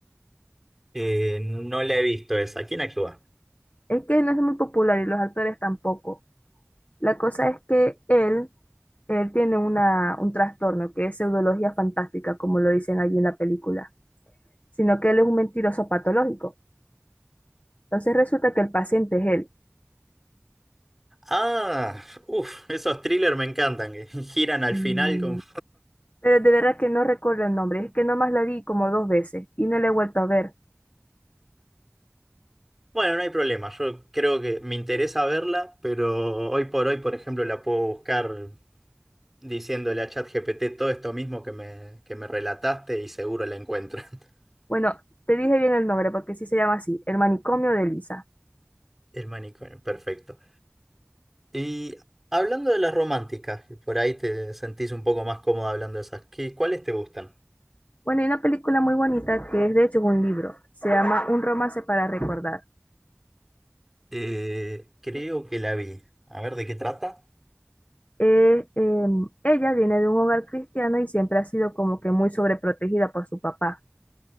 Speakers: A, in the centre; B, on the left.
A: Eh, no la he visto esa. ¿Quién actúa?
B: Es que no es muy popular y los actores tampoco. La cosa es que él, él tiene una, un trastorno que es pseudología fantástica, como lo dicen allí en la película, sino que él es un mentiroso patológico. Entonces resulta que el paciente es él.
A: Ah, uff, esos thrillers me encantan, que <laughs> giran al
B: Sí.
A: final con...
B: Pero de verdad que no recuerdo el nombre, es que nomás la vi como dos veces y no la he vuelto a ver.
A: Bueno, no hay problema, yo creo que me interesa verla, pero hoy por hoy, por ejemplo, la puedo buscar diciéndole a ChatGPT todo esto mismo que me, que me relataste y seguro la encuentro. <laughs>
B: Bueno, te dije bien el nombre porque sí se llama así, El manicomio de Lisa.
A: El manicomio, perfecto. Y hablando de las románticas, que por ahí te sentís un poco más cómodo hablando de esas, ¿qué, cuáles te gustan?
B: Bueno, hay una película muy bonita que es de hecho un libro, se llama Un romance para recordar.
A: Eh, creo que la vi. A ver, ¿de qué trata?
B: Eh, em, ella viene de un hogar cristiano y siempre ha sido como que muy sobreprotegida por su papá.